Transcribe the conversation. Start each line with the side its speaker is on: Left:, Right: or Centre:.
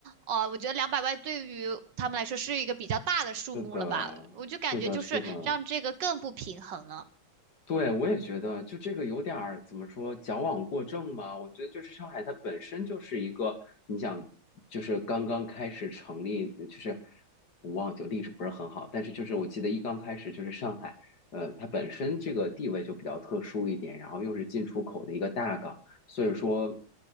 Right: 呃，我觉得两百万对于他们来说是一个比较大的数目了吧？
Left: 是的，
Right: 我就感觉就是让这个更不平衡了。
Left: 是的，是的，对，我也觉得，就这个有点儿怎么说，矫枉过正嘛。我觉得就是上海，它本身就是一个，你想，就是刚刚开始成立，就是我忘记历史不是很好，但是就是我记得一刚开始就是上海，呃，它本身这个地位就比较特殊一点，然后又是进出口的一个大港，所以说